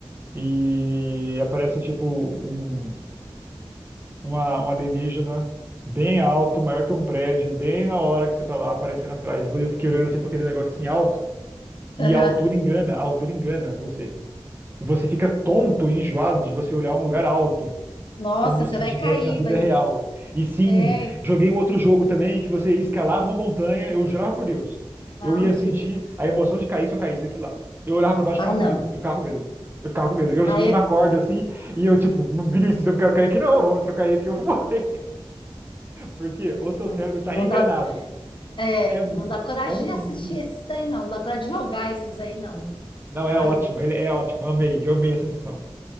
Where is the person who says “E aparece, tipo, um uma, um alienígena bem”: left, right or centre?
Right